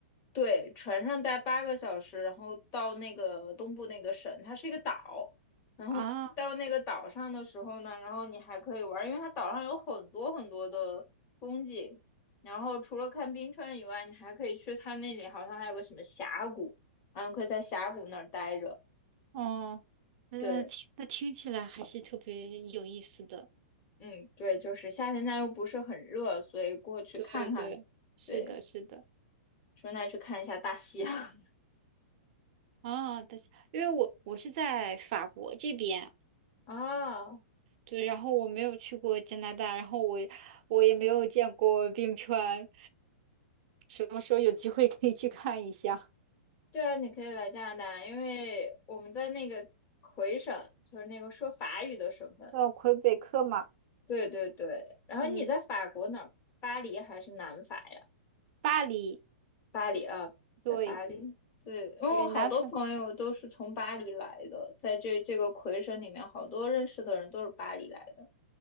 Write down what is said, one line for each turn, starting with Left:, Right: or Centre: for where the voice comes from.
Left: 对，船上待八个小时，然后到那个东部那个省，它是一个岛。然后到那个岛上的时候呢，
Right: 啊。
Left: 然后你还可以玩儿因为它岛上有很多很多的风景。然后除了看冰川以外，你还可以去它那里，好像还有个什么峡谷，然后可以在峡谷那儿待着。
Right: 哦，那听那听起来还是特别有意思的。
Left: 对，嗯，对，就是夏天家又不是很热，所以过去看看。
Right: 对对，是的，
Left: 对，
Right: 是的。
Left: 顺带去看一下大西洋
Right: 啊，但是因为我我是在法国这边，
Left: <laughs> 啊。
Right: 对，然后我没有去过加拿大，然后我也我也没有见过冰川，什么时候有机会可以去看一下？
Left: 对啊，你可以来加拿大，因为我们在那个魁省，就是那个说法语的省份。
Right: 呃，魁北克嘛，
Left: 对对对，然后你在法国哪儿？
Right: 嗯，
Left: 巴黎还是南法呀？
Right: 巴黎，
Left: 巴黎啊，在巴黎。
Right: 对，
Left: 对，因为我好多朋友都是从巴黎来的，
Right: 对，南法，
Left: 在这这个魁省里面，好多认识的人都是巴黎来的。